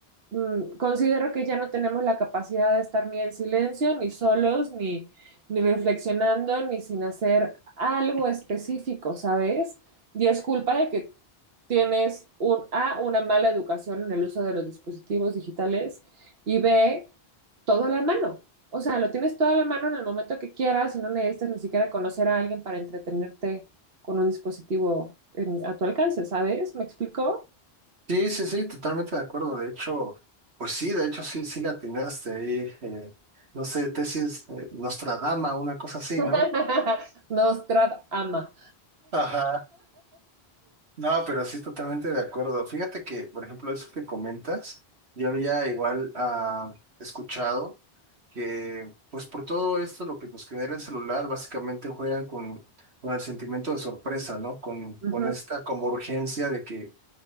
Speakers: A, on the right; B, on the right.
A: mm, considero que ya no tenemos la capacidad de estar ni en silencio, ni solos, ni, ni reflexionando, ni sin hacer algo específico, ¿sabes? Y es culpa de que tienes un, A, una mala educación en el uso de los dispositivos digitales y B, todo a la mano. O sea, lo tienes todo a la mano en el momento que quieras y no necesitas ni siquiera conocer a alguien para entretenerte con un dispositivo en- a tu alcance, ¿sabes? ¿Me explico?
B: Sí, sí, sí, totalmente de acuerdo. De hecho, pues sí, de hecho sí, sí la atinaste ahí. eh, no sé, tesis eh, Nostradama, una cosa así, ¿no?
A: <laughs> Nostrad ama.
B: Ajá. No, pero sí, totalmente de acuerdo. Fíjate que, por ejemplo, eso que comentas, yo había igual ah, escuchado que, pues por todo esto, lo que nos genera el celular, básicamente juegan con, con el sentimiento de sorpresa, ¿no? Con, con
A: Ujú.
B: esta como urgencia de que